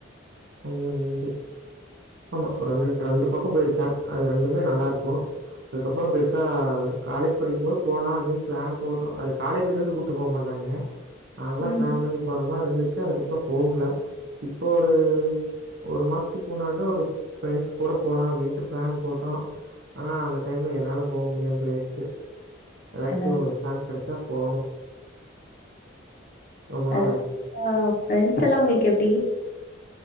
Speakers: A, on the right; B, on the left.
A: ஒன்னு ரெண்டு ஆமா ஒரு ரெண்டு ரெண்டு பக்கு போயிருக்கே அது ரெண்டுமே நல்லாருக்கு அதுக்கப்புறம் பெருசா காலேஜ் படிக்குபோது போலா அப்டின் பிளான் போட்டோ அது காலேஜுலருந்து கூட்டு போமாட்டாங்க நாங்ளா
B: ம்
A: ப்ளான் பண்ணி போற மார்ருந்துச்சு அதுக்கப் கூட போகுல இப்போ ஒரு ஒரு மாஸ்த்துக்கு முன்னடா ஒரு ப்ரெண்ட்ஸ் கூட போலா அப்டின்யிட்டு பிளான் போட்டோ ஆனா அந்த டைம்ல என்னால போக முடியாம் போயிருச்சு எதாச்சு
B: அதா
A: சான்ஸ் கெடச்சா போணும் ரொம்ப
B: அதுக்
A: நாள் ஆயிருச்சு.
B: அப்றோ ஃப்ரெண்ஸெல்லா உங்ளுக் கு எப்டி